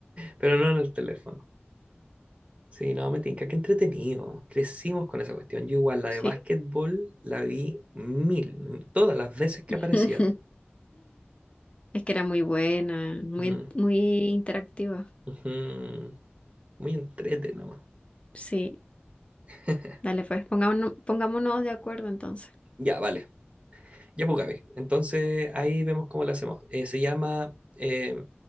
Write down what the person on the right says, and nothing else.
Pero no en el teléfono. Sí, no, me tinca, qué entretenido. Crecimos con esa cuestión. Yo igual, la
de básquetbol la vi mil, todas las veces que
aparecía.
Ujú,
ujú. Muy entrete nomás.
<laughs>
Ya, vale. Ya, pues, Gaby. Entonces ahí vemos cómo lo hacemos. Eh, se llama, eh,